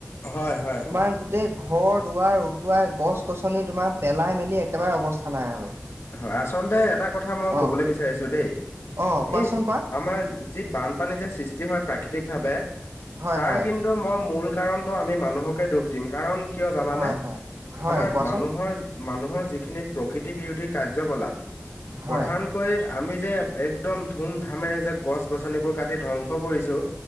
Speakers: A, on the left (about 70°); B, on the right (about 70°).
A: হয় হয়
B: তোমাৰ
A: হয়
B: গোটেই ঘৰ দুৱাৰ উটুৱাই গছ গছনি তোমাৰ পেলাই মেলি একেবাৰে অৱস্থা নাই আৰু।
A: হয় আচলতে এটা কথা মই
B: অ
A: কবলৈ বিচাৰিছো দেই
B: অ কোৱাচোন
A: এই
B: কোৱা
A: আমাৰ যি বানপানী যে সৃষ্টি হয় প্ৰাকৃতিক ভাৱে
B: হয়
A: তাৰ
B: হয়
A: কিন্তু মই মূল কাৰণটো আমি মানুহকে দুখ দিম কাৰণ কিয় জানা
B: হয়
A: নে
B: হয় হয়
A: আমাৰ
B: কোৱাচোন
A: মানুহৰ মানুহৰ যিখিনি প্ৰকৃতি বিৰোধী কাৰ্যকলাপ
B: হয়
A: প্ৰধান কৈ আমি যে একদম ধুম ধামেৰে যে গছ গছনিবোৰ কাটি ধ্বংস কৰিছো।